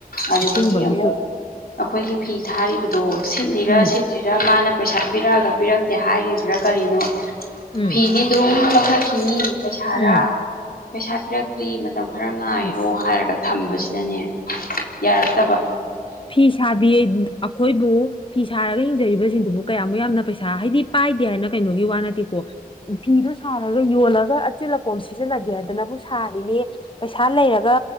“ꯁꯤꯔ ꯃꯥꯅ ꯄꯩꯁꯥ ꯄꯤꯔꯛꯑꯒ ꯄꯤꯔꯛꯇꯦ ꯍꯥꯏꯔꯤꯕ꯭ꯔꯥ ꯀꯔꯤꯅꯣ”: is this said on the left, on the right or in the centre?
Left